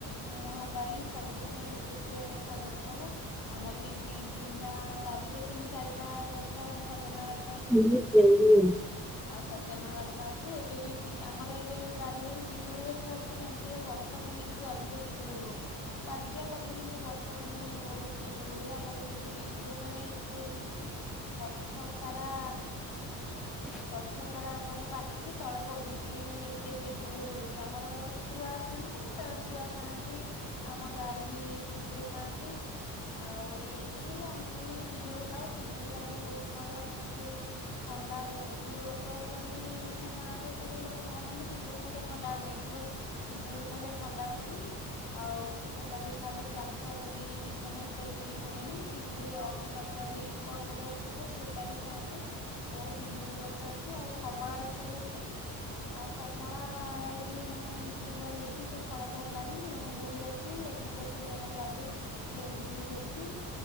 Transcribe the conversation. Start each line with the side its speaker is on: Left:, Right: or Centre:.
Left: ମୁହଁ ପାଇଁ ସବୁଥି ପାଇଁ ଦେଖିବେ ସଜନା ଖାଗ ଆମର ବି ଦି ତିନିଟା ବାରିରେ ତିନି ଚାରିଟା ଗଛ ସଜନା ଗ
Centre: ମୁ ଯାଇ। <unintelligible>
Left: ଆଉ ସଜନା ଗଛ ଅଛି ଏବେ ବି ପି ଆମର ଏବେ ବାରିରେ ବି ପିଜୁଳି ଗଛ ସେ ଜାଣିଥିବେ ବର୍ଷା ଦିନେ ଟିକେ ଅଧିକ ପିଜୁଳି ହୁଏ। ପଞ୍ଚିଆ ଲାଗେ କିନ୍ତୁ ବର୍ଷା ଦିନେ ବହୁତ ପିଜୁଳି ହୁଏ ଆମର ଏବେ ବି ପିଜୁଳି ମାନେ ଏତେ ହେଇଛି ନା। ଗଛ ସାରା। ହଁ। ଗଛ ସାରା ମାନେ ପାଚିକି ତଳେ ପଡୁଛି ଏତେ ପିଜୁଳି ହଉଛି ଆମର ଶୁଆ ଅଛନ୍ତି। ତ ଶୁଆ ଖାଆନ୍ତି ଆମ ଗାଈ ବି ପିଜୁଳି ଖାଆନ୍ତି। ଆଉ ଏମିତି ଆମେ ବି ପିଜୁଳି ଖାଉ ପିଜୁଳି ଟା ବି ବହୁତ ଭଲ ଜାଣିଥିବେ। ଥଣ୍ଡା ହୁଏନି କିନ୍ତୁ ଲୋକ କୁହନ୍ତି ମାନେ ଗାଁରେ ସବୁ ଲୋକ ଭାବନ୍ତି ପିଜୁଳି ଲେ ଥଣ୍ଡା ହୁଏ କିନ୍ତୁ ପିଜୁଳି ଖାଇଲେ ଥଣ୍ଡା ହୁଏନି ଆଉ ସେ ବି ଖାଇଲେ କ୍ୟାନସର ବି ମାନେ ଏତେ ବି ହୁଏନି। ଯଳି ଅଗିପତ୍ର ବି କଣ ଗୋଟେ ଔଷଧ ସେଟା ବି ଖାଆନ୍ତି। ଆମର ପିଜୁଳି ଗଛ ଅଛି ଆଉ କମଳା ଗଛ ବି ଅଛି। ଆଉ କମଳା ର ବି ମାନେ ଫୁଲ ହେଇକି ସେ ଫଳ ଧରିଲାଣି ଲେମ୍ବୁ ବି ଅଛି ଲେମ୍ବୁ ଗଛ ବି ଆମର ବାହାରେ ଲେମ୍ବୁ ବି ହେଇଛି